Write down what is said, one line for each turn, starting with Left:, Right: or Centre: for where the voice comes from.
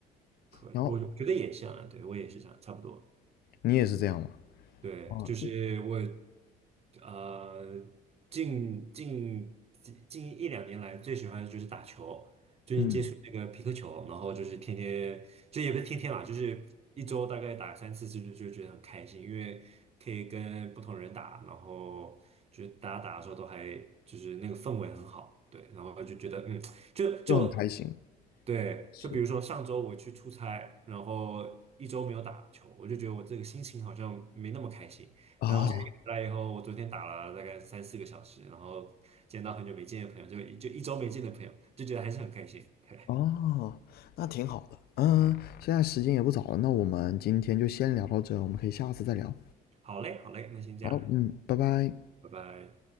Right: 可以，
Left: 然后
Right: 我我觉得也像啊，对我也是这样，差不多。
Left: 你也是这样吗？
Right: 对，
Left: 啊，
Right: 就是我，呃，近近近一两年来最喜欢的就是打球，就是接触那个匹克球，
Left: 嗯，
Right: 然后就是天天，就也不是天天啦，就是一周大概打三四次，就就觉得很开心，因为可以跟不同人打，然后就是大家打的时候都还就是那个氛围很好，对，然后就觉得嗯，就就
Left: 就很开心。
Right: 对，
Left: 是。
Right: 就比如说上周我去出差，然后一周没有打球，我就觉得我这个心情好像没那么开心。
Left: 哦
Right: 然后现在一回来以后，我昨天打了大概三四个小时，然后见到很久没见的朋友，就就一周没见的朋友，就觉得还是很开心。对，
Left: 哦，那挺好的。嗯，现在时间也不早了，那我们今天就先聊到这，我们可以下次再聊。
Right: 好嘞，好嘞，那先这样，
Left: 好，嗯，拜拜。
Right: 拜拜。